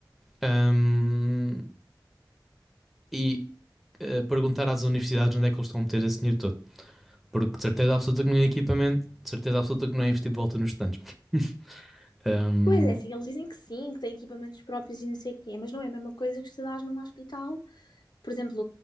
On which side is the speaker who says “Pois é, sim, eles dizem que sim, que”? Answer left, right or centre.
Left